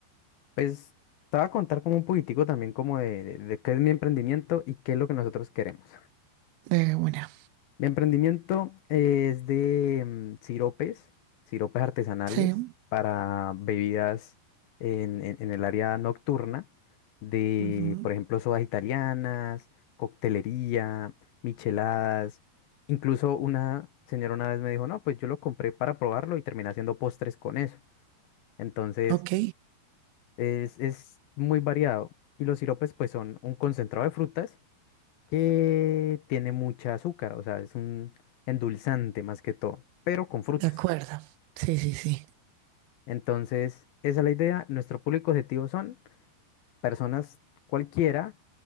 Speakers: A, on the left (about 65°); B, on the right (about 80°).
A: Pues te voy a contar como un poquitico también como de, de, de qué es mi emprendimiento y qué es lo que nosotros queremos.
B: Eh, bueno,
A: Mi emprendimiento es de mm, siropes, siropes artesanales
B: sí.
A: para bebidas en, en- en el área nocturna, de,
B: ujú,
A: por ejemplo, sodas italianas, coctelería, micheladas. Incluso una señora una vez me dijo, no, pues yo lo compré para probarlo y terminé haciendo postres con eso. Entonces,
B: Ok,
A: es, es muy variado. Y los siropes, pues, son un concentrado de frutas que tiene mucha azúcar, o sea, es un endulzante más que todo, pero con frutas.
B: de acuerdo. Sí, sí, sí.
A: Entonces, esa es la idea. Nuestro público objetivo son personas cualquiera